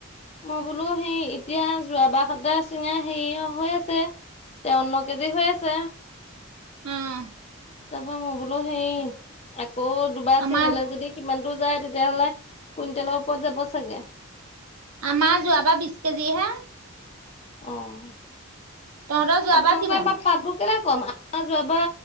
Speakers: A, on the left; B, on the right.
A: মই বোলো সেই এতিয়া যোৱাবা হওঁতে ছিঙা হেৰী হৈ আছে। তেৱন্ন কেজি হৈ আছে।
B: উমহ।
A: তাপা মই বোলো সেই আকৌ দুবাৰ
B: আমাৰ
A: ছিঙিলে যদি কিমান দূৰ যায় তেতিয়াহ'লে কুইন্তেলৰ ওপৰত যাব চাগে।
B: আমাৰ যোৱাবাৰ বিছ কেজি হে।
A: অহ,
B: তহঁতৰ যোৱাবাৰ
A: আপোনালোকৰ
B: কিমান
A: এবাৰ পাতবোৰ কেলে কম? আমাৰ যোৱাবা